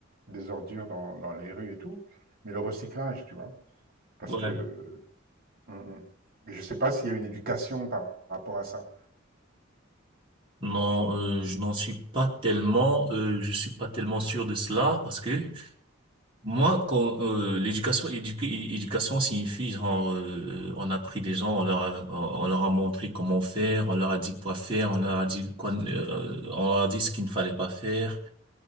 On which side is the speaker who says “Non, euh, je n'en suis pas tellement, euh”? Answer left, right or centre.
Right